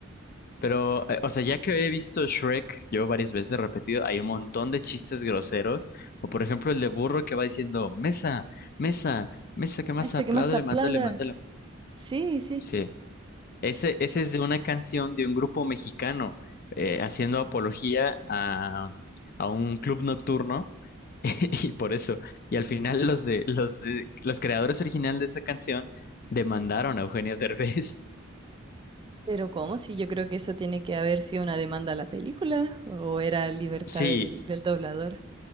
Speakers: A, on the left; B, on the right.
A: Pero, eh, o sea, ya que he visto Shrek yo varias veces repetido, hay un montón de chistes groseros. O por ejemplo, el de burro que va diciendo, mesa, mesa, mesa, que más
B: Me que
A: aplaude,
B: más aplada.
A: le mándale, mándale.
B: Sí, sí.
A: Sí. Ese, ese es de una canción de un grupo mexicano eh, haciendo apología a, a un club nocturno <laughs> y por eso. Y al final los de los de los creadores originales de esa canción demandaron a Eugenio Derbez.
B: Pero ¿cómo? Si yo creo que eso tiene que haber sido una demanda a la película o era libertad
A: <laughs> Sí,
B: del, del doblador.